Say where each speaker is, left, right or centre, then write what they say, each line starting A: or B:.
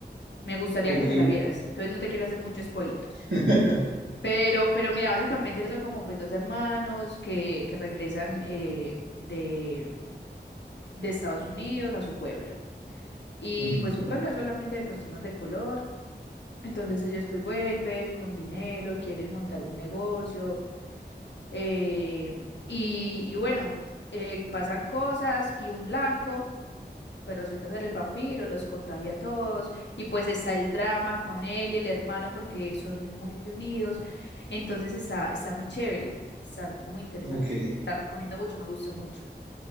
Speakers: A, on the left; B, on the right.
A: Me gustaría
B: ok.
A: que te la vieras, entonces no te quiero hacer mucho spoiler.
B: <laughs>
A: Pero, pero mira, básicamente son como pues dos hermanos que, que regresan eh, de, de Estados Unidos a su pueblo. Y
B: Ujú,
A: pues su pueblo es solamente de personas de color. Entonces ellos pues vuelven con dinero, quieren montar un negocio. em, y, y bueno, eh, pasan cosas y un blanco pues resulta ser el vampiro, los contagia a todos. Y pues está el drama con él y el hermano porque son muy unidos. Entonces está, está muy chévere, está muy interesante.
B: Ok,
A: La recomiendo mucho, me gustó mucho.